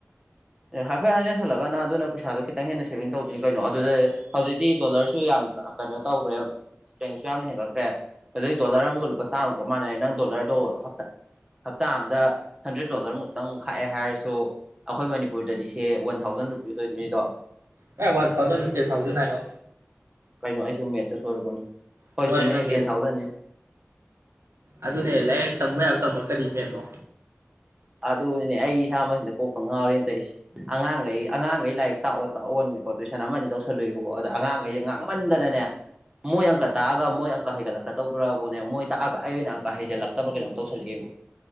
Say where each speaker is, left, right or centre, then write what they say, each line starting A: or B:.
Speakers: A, on the right; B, on the right.
A: ꯑꯦ ꯍꯥꯏꯐꯦꯠ ꯍꯥꯏꯅꯁꯜꯂꯒ ꯅꯪ ꯑꯗꯨꯅ ꯄꯩꯁꯥꯗꯣ ꯈꯤꯇꯪ ꯍꯦꯟꯅ ꯁꯦꯕꯤꯡ ꯇꯧꯗꯨꯏꯅꯤ ꯀꯩꯅꯣ ꯑꯗꯨꯗ ꯌꯦ ꯍꯧꯖꯤꯛꯇꯤ ꯗꯣꯂꯔꯁꯨ ꯌꯥꯝ ꯑ ꯀꯩꯅꯣ ꯇꯧꯒ꯭ꯔꯦ ꯍꯦꯟꯁꯨ ꯌꯥꯝꯅ ꯍꯦꯟꯒꯠꯈ꯭ꯔꯦ꯫ ꯍꯧꯖꯤꯛ ꯗꯣꯂꯔ ꯑꯃꯒ ꯂꯨꯄꯥ ꯆꯥꯝꯃꯨꯛꯀ ꯃꯥꯟꯅꯔꯦ ꯅꯪ ꯗꯣꯂꯔꯗꯣ ꯍꯞꯇ ꯍꯞꯇꯥ ꯑꯝꯗ ꯍꯟꯗ꯭ꯔꯦꯠ ꯗꯣꯂꯔ ꯃꯨꯛꯇꯪ ꯈꯥꯛꯑꯦ ꯍꯥꯏꯔꯁꯨ ꯑꯈꯣꯏ ꯃꯅꯤ ꯄꯨꯔꯗꯗꯤ ꯁꯦ ꯋꯥꯟ ꯊꯥꯎꯖꯟ ꯔꯨꯄꯤꯁ ꯑꯣꯏꯗꯨꯏꯅꯤꯗꯣ꯫
B: ꯀꯥꯏ ꯋꯥꯟ ꯊꯥꯎꯖꯟꯅꯣ ꯇꯦꯟ ꯊꯥꯎꯖꯟ ꯍꯥꯏꯌꯣ꯫
A: ꯀꯩꯅꯣ ꯑꯩꯁꯤꯕꯨ ꯃꯦꯠꯀꯥ ꯁꯣꯏꯔꯕꯣꯅꯦ꯫ ꯍꯣꯏ
B: ꯁꯣꯏꯔꯦ
A: ꯆꯨꯝꯃꯤꯅꯦ
B: ꯅꯪ ꯃꯦꯠ
A: ꯇꯦꯟ ꯊꯥꯎꯖꯟꯅꯤ
B: ꯑꯗꯨꯅꯦ ꯂꯥꯏꯍꯦꯛ ꯇꯝꯕ ꯌꯥꯕ ꯇꯝꯃ ꯀꯔꯤ ꯃꯦꯠꯅꯣ꯫
A: ꯑꯗꯨꯅꯤꯅꯦ ꯑꯩ ꯏꯁꯥꯃꯛꯁꯤꯅꯥ ꯀꯣꯛꯀ ꯉꯥꯎꯔꯦꯟ ꯇꯩꯁꯤ- ꯑꯉꯥꯡꯒꯩ ꯑꯉꯥꯡꯒꯩ ꯂꯥꯏꯔꯤꯛ ꯇꯥꯛꯑꯣ ꯇꯥꯛꯑꯣꯅꯦꯀꯣ ꯇꯨꯏꯁꯟ ꯑꯃꯅꯤ ꯇꯧꯁꯜꯂꯨꯏꯕꯀꯣ ꯑꯗ ꯑꯉꯥꯡꯒꯩꯖꯦ ꯉꯥꯡ ꯃꯟꯗꯅꯅꯦ ꯃꯣꯏ ꯑꯪꯀ ꯇꯥꯛꯑꯒ ꯃꯣꯏ ꯑꯪꯀ ꯍꯩꯒꯠꯂꯛ ꯀꯇꯧꯕ꯭ꯔꯥꯕꯨꯅꯦ ꯃꯣꯏ ꯇꯥꯛꯑꯒ ꯑꯩ ꯑꯣꯏꯅ ꯑꯪꯀ ꯍꯩꯖꯜꯂꯛꯇꯕ꯭ꯔ ꯀꯩꯅꯣꯝ ꯇꯧꯁꯜꯂꯛꯑꯦꯃꯤ꯫